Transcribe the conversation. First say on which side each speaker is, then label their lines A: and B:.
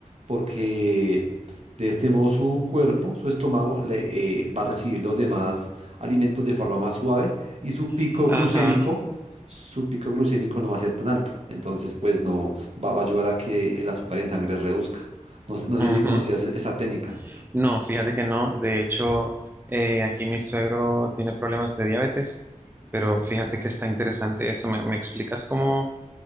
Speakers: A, on the right; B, on the right.
A: porque de este modo su cuerpo, su estómago, le, eh, va a recibir los demás alimentos de forma más suave y su pico
B: ¿y ajá.
A: glucémico su pico glucémico no va a ser tan alto. Entonces, pues no va, va a ayudar a que el azúcar en sangre reduzca. No sé, no
B: Ujú.
A: sé si conocías e- esa técnica.
B: No, fíjate que no. De hecho, eh, aquí mi suegro tiene problemas de diabetes, pero fíjate que está interesante eso. ¿Me, me explicas cómo,